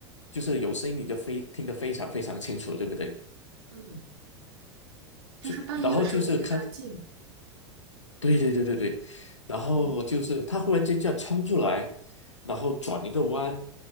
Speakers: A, on the left; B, on the right.
A: 就是有声音你就非听得非常非常清楚，对不对？
B: 嗯，就是半夜的时候很安静，
A: 就然后就是看对对对对对，然后就是他忽然间这样冲出来，
B: 哦，
A: 然后转一个弯，